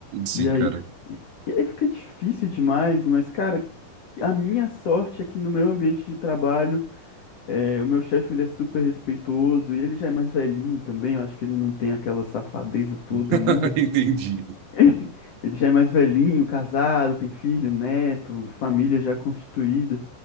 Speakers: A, on the right (about 85°); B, on the left (about 50°).
A: Sim,
B: E aí,
A: cara.
B: e e aí fica difícil demais, mas, cara, a minha sorte é que no meu ambiente de trabalho, eh, o meu chefe ele é super respeitoso e ele já é mais velhinho também, eu acho que ele não tem aquela safadeza toda
A: <laughs>
B: ainda.
A: Entendi.
B: <laughs> Ele já é mais velhinho, casado, tem filho, neto, família já constituída.